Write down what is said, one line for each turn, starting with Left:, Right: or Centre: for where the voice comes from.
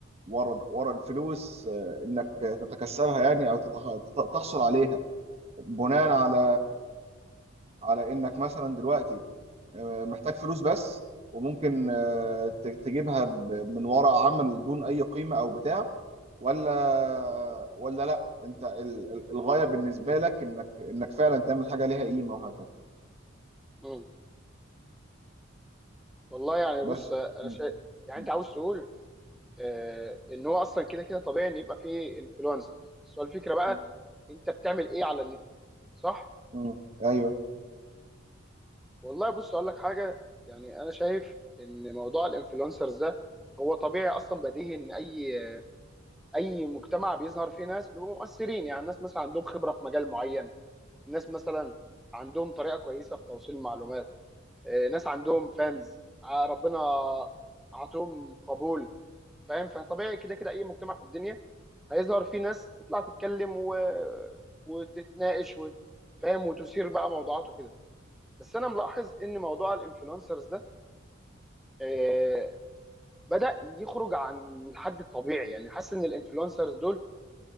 Right: ورا ورا الفلوس آه، انك تتكسبها يعني او تتح- تحصل عليها بناء على على انك مثلا دلوقتي آه، محتاج فلوس بس وممكن آه، ت- تجيبها ب- من وراء عمل دون اي قيمة او بتاع ولا ولا لا انت ال- ال- الغاية بالنسبة لك انك انك فعلا تعمل حاجة ليها قيمة وهكذا
Centre: امم والله يعني بص
Right: بس
Centre: انا
Right: م-
Centre: شايف يعني
Right: م-
Centre: انت عاوز تقول آه، ان هو اصلا كده كده طبيعي ان يبقى فيه انفلونسرز بس هو الفكره بقى
Right: م-
Centre: انت بتعمل ايه على النت صح
Right: م- ايوه
Centre: والله بص اقول لك حاجه يعني انا شايف ان موضوع الانفلونسرز ده هو طبيعي اصلا بديهي ان اي اي مجتمع بيظهر فيه ناس بيبقوا مؤثرين يعني الناس مثلا عندهم خبره في مجال معين ناس مثلا عندهم طريقه كويسه في توصيل المعلومات آه، ناس عندهم فانز ربنا عطوهم قبول فاهم فطبيعي كده كده اي مجتمع في الدنيا هيظهر فيه ناس تطلع تتكلم و... وتتناقش وت... فاهم وتثير بقى موضوعات وكده بس انا ملاحظ ان موضوع الانفلونسرز ده آه بدأ يخرج عن الحد الطبيعي يعني حاسس ان الانفلونسرز دول